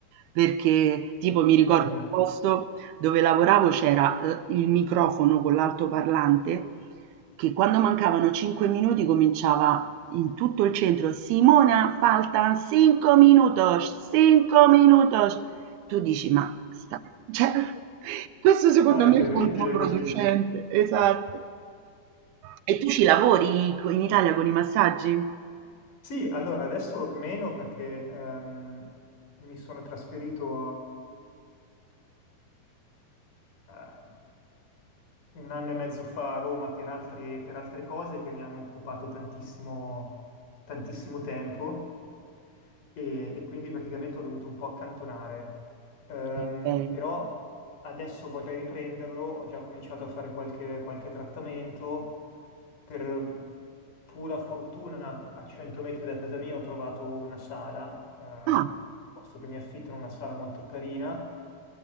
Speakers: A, on the right (about 85°); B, on the left (about 55°).
A: Perché tipo mi ricordo
B: eh già.
A: un posto dove lavoravo c'era, uhm, il microfono con l'altoparlante che quando mancavano 5 minuti cominciava in tutto il centro: "Simona faltan cinco minutos, cinco minutos". Tu dici, ma sta- <laughs> cioè, questo secondo
B: No, è
A: me
B: terribile
A: è controproducente,
B: così.
A: esatto. E tu ci lavori co- in Italia con i massaggi?
B: Sì, allora adesso meno perché ehm, mi sono trasferito a, un anno e mezzo fa a Roma per altri- per altre cose che mi hanno occupato tantissimo, tantissimo tempo e, e quindi praticamente ho dovuto un po' accantonare. Ehm,
A: Ok.
B: però adesso vorrei riprenderlo, ho già cominciato a fare qualche, qualche trattamento. Per pura fortuna a 100 metri da casa mia ho trovato una sala, ehm,
A: Ah,
B: posto che mi affittano una sala molto carina